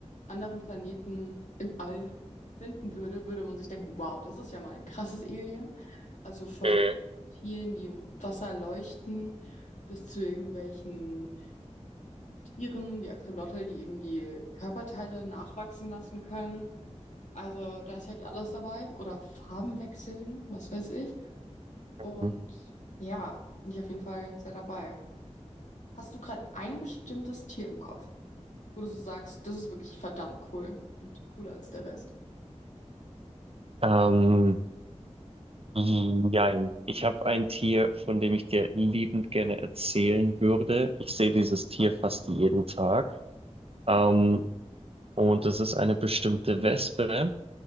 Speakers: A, on the left; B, on the right.
A: anderen Planeten im All finden würde, würde man sich denken, wow, das ist ja mal ein krasses Alien. Also von
B: Mhm.
A: irgendwelchen Tieren, die im Wasser leuchten, bis zu irgendwelchen Tieren wie Axolotl, die irgendwie Körperteile nachwachsen lassen können. Also da ist ja alles dabei. Oder Farben wechseln, was weiß ich. Und
B: Mhm.
A: ja, bin ich auf jeden Fall sehr dabei. Hast du gerade ein bestimmtes Tier im Kopf, wo du so sagst, das ist wirklich verdammt cool und cooler als der Rest?
B: Ähm, Nein, ich habe ein Tier, von dem ich dir liebend gerne erzählen würde. Ich sehe dieses Tier fast jeden Tag. Ähm, und es ist eine bestimmte Wespe.